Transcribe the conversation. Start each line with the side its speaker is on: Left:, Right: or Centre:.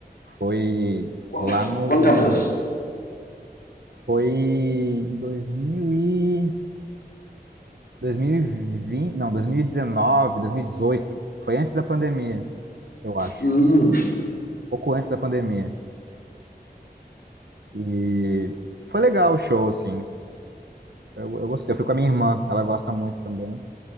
Right: Foi
Left: Quanto,
Right: lá no.
Left: quanto tempo é isso?
Right: Foi em dois mil e... dois mil e vinte não, dois dois mil mil e dezenove, dois mil e dezoito Foi antes da pandemia, eu acho.
Left: Hum,
Right: Pouco antes da pandemia. E foi legal o show, assim. Eu, eu gostei. Eu fui com a minha irmã, ela gosta muito também.